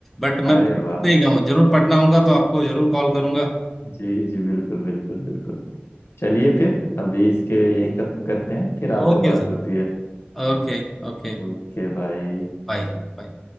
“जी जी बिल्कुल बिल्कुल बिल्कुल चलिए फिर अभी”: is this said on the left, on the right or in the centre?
Left